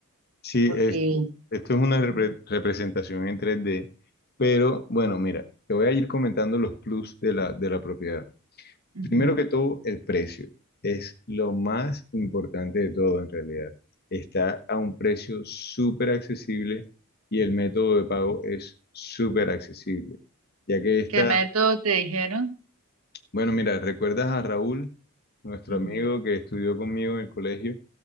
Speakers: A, on the left (about 45°); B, on the right (about 70°).
A: Sí,
B: porque...
A: es, esto es una repre-
B: Ujú,
A: representación en tres d pero bueno, mira, te voy a ir comentando los plus de la, de la propiedad.
B: ujú.
A: Primero que todo, el precio es lo más importante de todo en realidad. Está a un precio súper accesible y el método de pago es súper accesible, ya que esta
B: ¿Qué método te dijeron?
A: Bueno, mira, ¿recuerdas a Raúl, nuestro
B: Ujú,
A: amigo que estudió conmigo en el colegio?